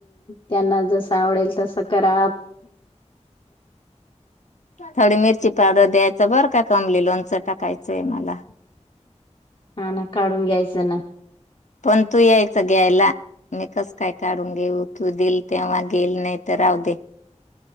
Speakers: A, on the left (about 45°); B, on the left (about 75°).
A: त्यांना जस आवडेल तसं करा
B: थोडी मिरची पावडर द्यायचं बरं का कमली लोनच टाकायचंय मला
A: हा ना काढून घ्यायचं ना
B: पण तू यायचं घ्यायला मी कसं काय काढून घेऊ तू दिल तेव्हा घेईल नाही तर राहू दे